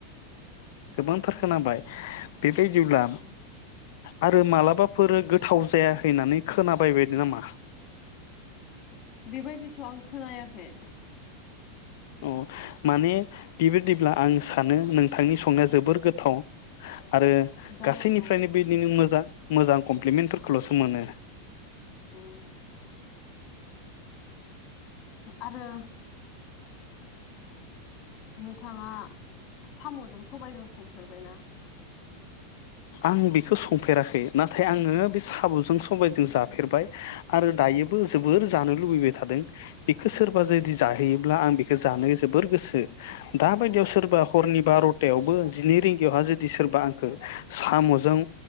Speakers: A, on the left (about 60°); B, on the left (about 40°).
A: गोबांथार खोनाबाय बेबायदिब्ला
B: औ
A: आरो मालाबा फोरो गोथाव जायाखै होनानै खोनाबायबाय नामा
B: बेबायदिथ' आं खोनायाखै
A: अ माने बेबायदिब्ला आं सा सानो नोंथांनि संनाया जोबोर गो थाव आरो
B: जानांगौ
A: गासैनिफ्रायनो बेदिनो मोजां मोजां कम्लिमेन्टफोर ल'सो मोनो <inaudible>
B: उम आरो नोंथाङा साम'जों सबाइजों संफेरबायना
A: आं बेखौ संफेराखै नाथाय आङो बे साम'जों समबायजों जाफेरबाय आरो दायोबो जोबोर जानो लुबैबाय थादों बेखौ सोरबा जुदि जाहैयोब्ला आं बेखौ जानो जोबोर गोसो दाबायदियाव
B: अ
A: सोरबा हरनि बार'थायावबो जिनै रिंगायावहा जुदि सोरबा आंखौ साम'जों